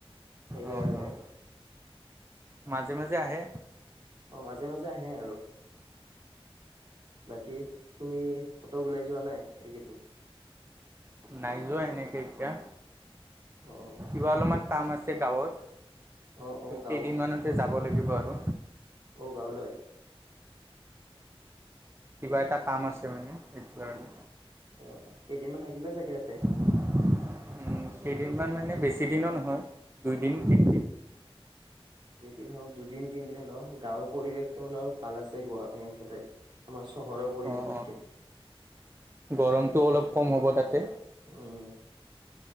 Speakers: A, on the right; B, on the right.
A: সেইকাৰণে।
B: অঁ অঁ মাজে মাজে আহে।
A: অ মাজে মাজে আহে আৰু। বাকী তুমি কতো ওলাই যোৱা নাই এইকেইদিন?
B: নাই যোৱা এনেকে এতিয়া।
A: অহ'।
B: কিবা অলপমান কাম আছে গাঁৱত,
A: অ', অ', গাঁৱত
B: কেইদিনমানতে যাব লাগিব আৰু।
A: অঁ, গাঁওলৈ?
B: কিবা এটা কাম আছে মানে, সেইটো কাৰণে।
A: অঁ, কেইদিন মান থাকিবা চাগে ইয়াতে।
B: উম, কেইদিনমান মানে বেছি দিনো নহয়, দুইদিন- তিন।
A: যি কি নহওঁক, দুদিন -তিনদিন হ'লেও গাঁৱৰ পৰিৱেশটো মানে ভাল আছে গুৱাহাটীত কেতে। আমাৰ চহৰৰ পৰিৱেশতকে।
B: অঁ অঁ গৰমটো অলপ কম হ'ব তাতে।
A: উম।